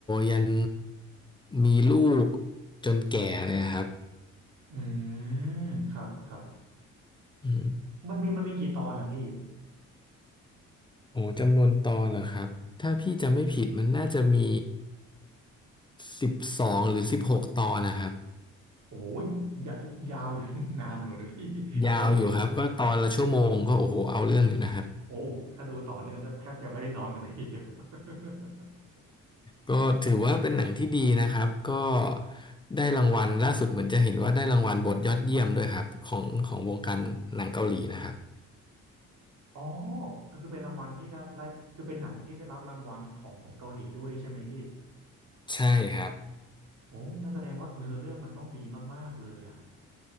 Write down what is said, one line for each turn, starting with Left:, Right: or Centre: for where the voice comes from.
Left: ยันมีลูกจนแก่เลยครับ
Right: อืมครับครับ
Left: อืม
Right: มันมีมันมีกี่ตอนอะพี่
Left: โอ้จำนวนตอนเหรอครับถ้าพี่จำไม่ผิดมันน่าจะมีสิบสองหรือสิบหกตอนนะครับ
Right: โอ้ยยายาว <laughs> นานหนูเลยพี่ <laughs>
Left: ยาวอยู่ครับก็ตอนละชั่วโมงก็โอ้โหเอาเรื่องอยู่นะครับ
Right: โอ้ดูโอ้ถ้าดูต่อเนื่องก็แทบจะไม่ได้นอนกันเลยทีเดียว <laughs>
Left: ก็ถือว่าเป็นหนังที่ดีนะครับก็
Right: อืม
Left: ได้รางวัลล่าสุดเหมือนจะเห็นว่าได้รางวัลบทยอดเยี่ยมด้วยครับของของวงการหนังเกาหลีนะครับ
Right: อ๋อก็คือเป็นรางวัลที่ได้ได้คือเป็นหนังที่ได้รับรางวัลของของเกาหลีด้วยใช่ไหมพี่
Left: ใช่ครับ
Right: โอ้งั้นแสดงว่าเนื้อเรื่องมันต้องดีมากๆเลยอ่ะ